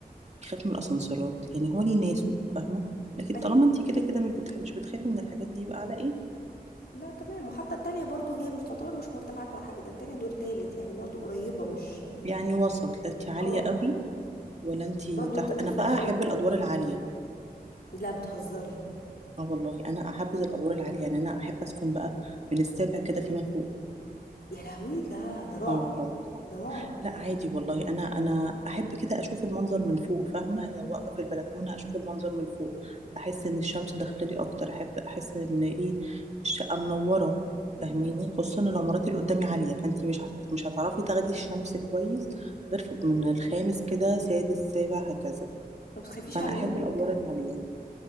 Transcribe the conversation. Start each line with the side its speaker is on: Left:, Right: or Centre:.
Right: بيخاف من الاسانسيرات يعني هو ليه ناسه فاهمة لكن
Left: ايوه
Right: طالما
Left: يعني.
Right: انت كده كده مش بتح... مش بتخافي من الحاجات دي يبقى على ايه
Left: لا تمام وحتى التانية برضو هي مش تعتبر مش مرتفعات ولا حاجة ده التانية دور تالت يعني برضو قريبة مش
Right: يعني وسط لا انت عالية
Left: اه
Right: قوي ولا انتي
Left: برضو
Right: تحت
Left: تتفادى
Right: انا بقى احب الادوار العاليه
Left: لا بتهزري
Right: اه والله انا احبذ الادوار العاليه يعني انا احب اسكن بقى من السابع كده فيما فوق
Left: يا لهوي لا ده رعب
Right: اه والله
Left: ده رعب
Right: لا عادي والله انا انا احب كده اشوف المنظر من فوق فاهمه يعني واقفه في البلكونه اشوف المنظر من فوق احس ان الشمس داخله لي اكتر احب احس ان ايه الشقه منوره
Left: مم.
Right: فاهماني خصوصا العمارات اللي قدامي عاليه فانتي مش هت... مش هتعرفي تاخدي الشمس كويس غير في... من الخامس كده سادس سابع هكذا
Left: طب تخافيش
Right: فانا
Left: على
Right: احب
Left: بنتك
Right: الادوار العاليه